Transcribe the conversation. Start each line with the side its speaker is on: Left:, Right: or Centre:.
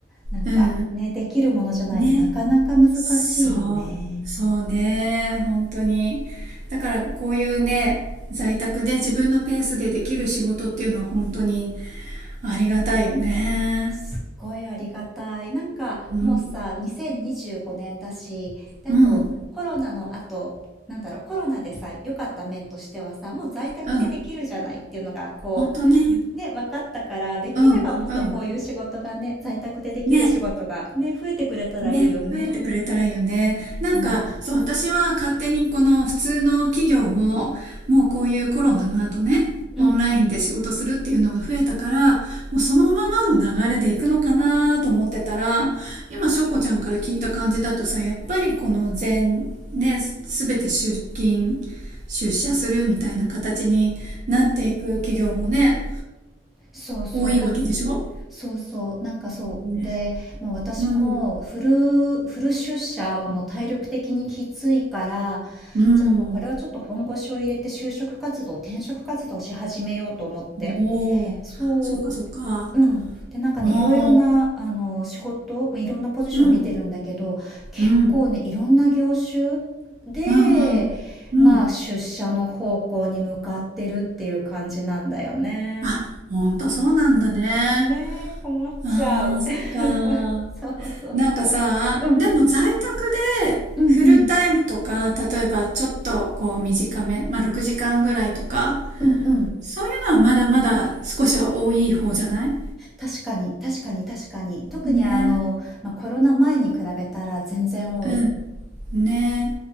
Centre: なんかね、
Right: うん、う
Centre: できるものじゃないとなかなか難しいよね。
Right: ん。ね、そう、そうね、本当に。だからこういうね、在宅で自分のペースでできる仕事っていうのは本当にありがたいよね。
Centre: すっごいありがたい。なんかもうさ、
Right: うん。
Centre: 2025年だし、で、
Right: うん、
Centre: あとコロナの後、
Right: うん、
Centre: なんだろう、コロナでさ、良かった面としてはさ、もう在宅でできるじゃないっていうのが、
Right: うん、
Centre: こう、
Right: ほんとね。
Centre: ね、分かったから、できればもっとこういう仕事がね、
Right: うん、うん。
Centre: 在宅でできる仕事がね、
Right: ね、
Centre: 増えてくれたらいいよね。
Right: ね、増えてくれたらいいよね。なんか、
Centre: うん。
Right: そう、私は勝手にこの普通の企業も、もうこういうコロナの後ね、
Centre: うんうん。
Right: オンラインで仕事するっていうのが増えたから、もうそのままの流れでいくのかなと思ってたら、今、翔子ちゃんから聞いた感じだとさ、やっぱりこの全、ね、すべて出勤、出社するみたいな形になっていく企業もね、
Centre: そうそう。
Right: 多いわけでしょ
Centre: なんそうそう、なんかそう。
Right: ね、
Centre: で、もう私もフル、
Right: うん。
Centre: フル出社はもう体力的にきついから、
Right: うん。
Centre: じゃあもうこれはちょっと本腰を入れて就職活動、転職活動し始めようと思って。
Right: おお、
Centre: そう、
Right: そっかそっか。
Centre: うん。で、なんかね、
Right: おお、
Centre: いろいろな、あの、仕事、まあいろんなポジション見てるんだけど、
Right: うん、
Centre: 結構ね、
Right: うん、
Centre: いろんな業種で、
Right: うん、うん、うん。
Centre: まあ出社の方向に向かってるっていう感じなんだよね。
Right: あ、ほんとそうなんだね。
Centre: ねえ、困っちゃう。
Right: ああ、そっか。
Centre: <laughs> そうそうそう。
Right: なんかさ、
Centre: うん、
Right: でも在宅でフルタイムとか、
Centre: うんうん。
Right: 例えばちょっとこう短め、まあ6時間ぐらいとか、
Centre: うんうん。
Right: そういうのはまだまだ少しは多い方じゃない
Centre: 確かに、確かに、確かに。特にあの、
Right: ね。
Centre: まあ、コロナ前に比べたら全然多い。
Right: うん、ね。